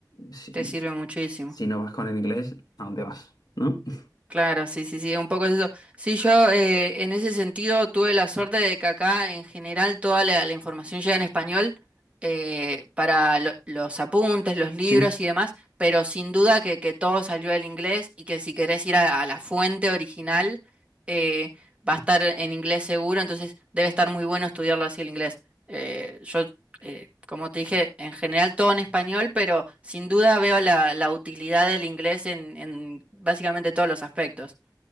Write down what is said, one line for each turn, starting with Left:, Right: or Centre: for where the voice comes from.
Left: si,
Right: te sirve muchísimo.
Left: si no vas con el inglés, ¿a dónde vas? ¿No? <laughs>
Right: Claro, sí, sí, sí, un poco es eso. Sí, yo eh, en ese sentido tuve la suerte de que acá en general toda la, la información llega en español eh, para lo- los apuntes, los libros
Left: Sí.
Right: y demás, pero sin duda que, que todo salió del inglés y que si querés ir a, a la fuente original eh, va a estar en inglés seguro, entonces debe estar muy bueno estudiarlo así el inglés. Eh, yo eh, como te dije, en general todo en español, pero sin duda veo la, la utilidad del inglés en, en básicamente todos los aspectos.